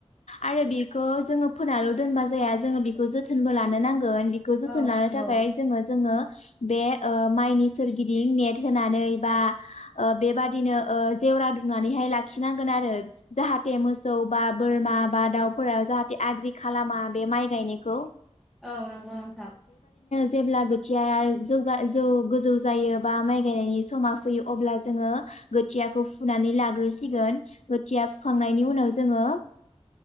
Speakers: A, on the left (about 75°); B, in the centre.
A: आरो बेखौ जोङो फोनाल' दोनबा जाया जोङो बेखौ जोथोनबो लानो नांगोन । बेखौ जोथोन
B: औ
A: लानो
B: नंगौ
A: थाखाय जोङो जोङो बे ओ माइनि सोरगिदिं नेट होनानै बा बेबादिनो ओ जेवरा दुंनानैहाय लाखिनांगोन आरो जाहाथे मोसौ बा बोरमा बा दाउफोरा जाहाथे आद्रि खालामा बे माइ गायनायखौ ।
B: औ नंगौ नोंथां
A: जेब्ला गोथिया जौगा जौ गोजौ जायो बा माइ गायनायनि समा फैयो अब्ला जोङो गोथियाखौ फुनानै लाग्रोसिगोन गोथिया फुखांनायनि उनाव जोङो